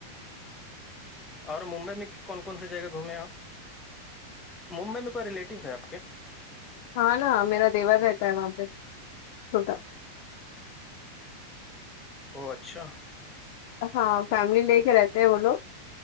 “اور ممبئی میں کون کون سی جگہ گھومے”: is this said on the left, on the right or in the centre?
Left